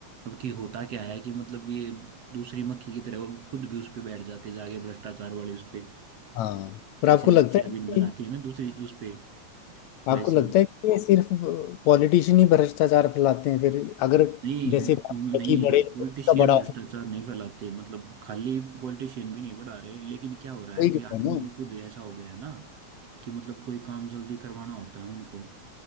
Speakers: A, on the right; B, on the left.
A: अब कि होता क्या है कि मतलब ये दूसरी मक्खी की तरह वो खुद भी उस पे बैठ जाते हैं जाके भ्रष्टाचार वाली उस पे
B: हाँ पर
A: जैसे
B: आपको
A: मक्खियां
B: लगता है कि
A: भी बनाती है ना दूसरी उस पे
B: आपको
A: वैसे
B: लगता
A: ही
B: है कि ये सिर्फ पॉलिटिशियन ही भ्रष्टाचार फैलाते हैं फिर अगर
A: नहीं
B: जैसे
A: म- नहीं
B: कि बड़े इसका
A: पॉलिटिशियन
B: बड़ा
A: भ्रष्टाचार
B: ऑफिस
A: नहीं फैलाते मतलब खाली पॉलिटिशियन भी नहीं बढ़ा रहे लेकिन क्या हो रहा
B: कोई
A: है कि
B: भी
A: आदमी
B: हो
A: भी
B: ना
A: खुद ऐसा हो गया है ना कि मतलब कोई काम जल्दी करवाना होता है उनको